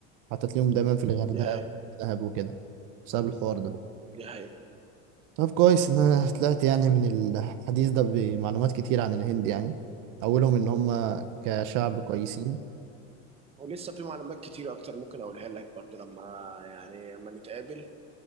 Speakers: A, on the right; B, on the right.
A: حتى تلاقيهم دايما في الغردقة
B: دي حقيقة
A: ودهب وكده بسبب الحوار ده
B: دي حقيقة
A: طب كويس ان انا طلعت يعني من الحديث ده بمعلومات كتير عن الهند يعني اولهم ان هم كشعب كويسين
B: ولسه في معلومات كتير أكتر ممكن أقولها لك برضو لما يعني لما نتقابل